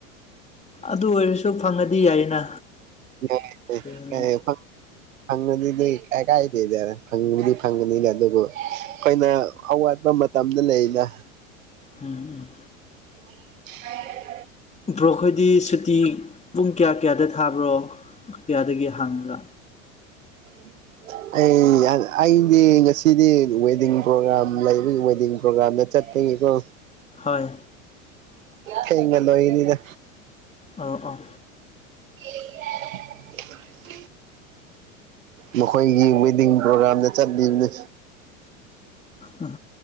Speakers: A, on the left (about 15°); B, on the right (about 80°).
A: ꯑꯗꯨ ꯑꯣꯏꯔꯁꯨ ꯐꯪꯉꯗꯤ ꯌꯥꯏꯅ
B: ꯌꯥꯏ
A: ꯎꯝ
B: ꯀ ꯐ <unintelligible> ꯐꯪꯉꯗꯨꯗꯤ ꯀꯥꯏ-ꯀꯥꯏꯗꯦꯗ ꯐꯪꯕꯗꯤ ꯐꯪꯉꯅꯤꯗ ꯑꯗꯨꯕꯨ ꯑꯩꯈꯣꯏꯅ ꯑꯋꯥꯠ ꯠꯄ ꯃꯇꯝꯗ ꯂꯩꯅ
A: ꯎꯝ
B: <unintelligible>
A: ꯕ꯭ꯔꯣꯈꯣꯏꯗꯤ ꯁꯨꯇꯤ ꯄꯨꯡ ꯀꯌꯥ ꯀꯌꯥꯗ ꯊꯥꯕ꯭ꯔꯣ ꯀꯌꯥꯗꯒꯤ ꯍꯥꯡꯉꯒ
B: <inaudible> ꯑꯩ ꯑꯩꯗꯤ ꯉꯁꯤꯗꯤ ꯋꯦꯗꯤꯡ ꯄ꯭ꯔꯣꯒ꯭ꯔꯥꯝ ꯂꯩꯕ ꯋꯦꯗꯤꯡ ꯄ꯭ꯔꯣꯒ꯭ꯔꯥꯝꯗ ꯆꯠꯄꯒꯤꯀꯣ
A: ꯍꯣꯏ
B: ꯊꯦꯡꯅ ꯂꯣꯏꯅꯤꯗ
A: ꯑ‌ꯣ ꯑꯣ
B: <inaudible> ꯃꯈꯣꯏꯒꯤ ꯋꯦꯗꯤꯡ ꯄ꯭ꯔꯣꯒꯔꯥꯝꯗ ꯆꯠꯂꯤꯕꯅꯤ
A: ꯑ